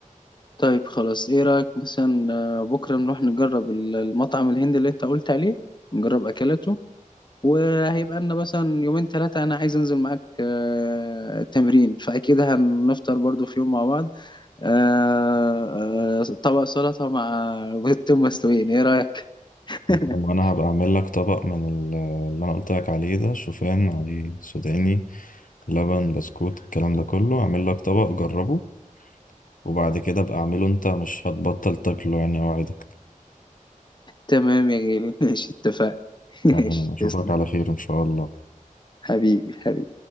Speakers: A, on the left; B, on the left.
A: طيب خلاص إيه رأيك مثلا آه، بكرة نروح نجرب ال- المطعم الهندي اللي أنت قلت عليه نجرب أكلته وهيبقى لنا مثلا يومين ثلاثة أنا عايز أنزل معاك آه، تمرين فأكيد هنفطر برضو في يوم مع بعض آه، آه، طبق سلطة مع بيضتين مسلوقين إيه رأيك؟ <laughs>
B: وأنا هبقى أعمل لك طبق من ال- اللي أنا قلت لك عليه ده شوفان عليه سوداني لبن بسكوت الكلام ده كله اعمل لك طبق جربه وبعد كده ابقى اعمله انت مش هتبطل تاكله يعني اوعدك
A: تمام يا غالي ماشي اتفقنا <laughs>
B: تمام
A: ماشي
B: اشوفك
A: تسلم
B: على خير ان شاء الله
A: حبيبي حبيبي